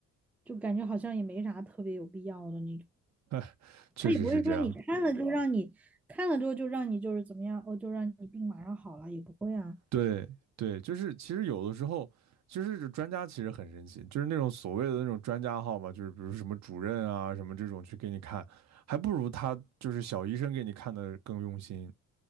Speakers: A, in the centre; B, on the right (about 65°).
A: 就感觉好像也没啥特别有必要的那种。
B: <laughs> 哎，确实是这样。
A: 他也不会说你看了就让你看了之后就让你就是怎么样，哦，就让你病马上好了，也不会啊，
B: 对对，就是其实有的时候，就是这专家其实很神奇，就是那种所谓的那种专家号嘛，就是比如什么主任啊什么这种去给你看，还不如他就是小医生给你看的更用心，